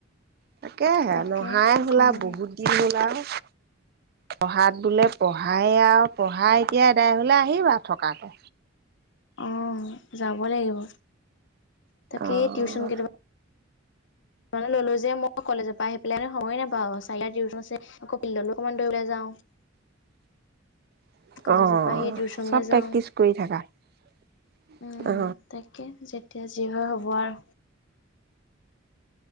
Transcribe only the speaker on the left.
তাকে
ক'ব
লাগিব
অ যাব লাগিব তাকেই
টিউচন কেতাপা ললো যে মই কলেজৰ পৰা আহি পেলাই সময় নেপাওঁ চাৰিটা টউচন আছে আকৌ পিল্ডো অকমান দৌলৈ যাওঁ। <unintelligible>
কলেজৰ
পৰা আহি টিউচনলৈ
যাওঁ
উম
তাকে যেতিয়া যি হয় হ'ব আৰু।